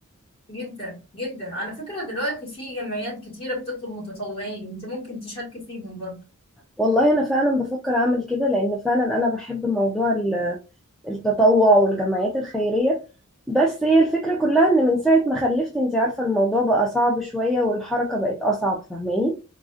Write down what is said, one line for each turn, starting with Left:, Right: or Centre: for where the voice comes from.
Left: جدا جدا على فكرة دلوقتي في جمعيات كتيرة بتطلب متطوعين انت ممكن تشاركي فيهم برضه
Centre: والله انا فعلا بفكر اعمل كده لان فعلا انا بحب موضوع ال- التطوع والجمعيات الخيريه بس هي الفكره كلها ان من ساعه ما خلفت انت عارفه الموضوع بقى صعب شويه والحركه بقت اصعب فاهماني